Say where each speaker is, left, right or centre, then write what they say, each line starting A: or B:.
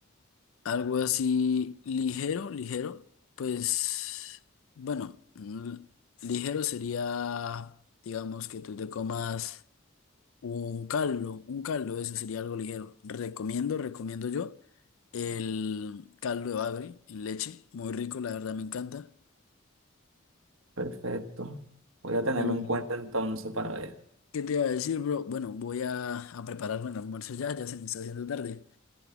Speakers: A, on the left; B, on the right.
A: Algo así ligero, ligero, pues bueno, l- ligero sería, digamos, que tú te comas un caldo, un caldo, eso sería algo ligero. Recomiendo, recomiendo yo el caldo de bagre en leche, muy rico, la verdad me encanta.
B: Perfecto. Voy a tenerlo
A: y
B: en cuenta entonces para ver.
A: ¿Qué te iba a decir, bro? Bueno, voy a, a prepararme el almuerzo ya, ya se me está haciendo tarde.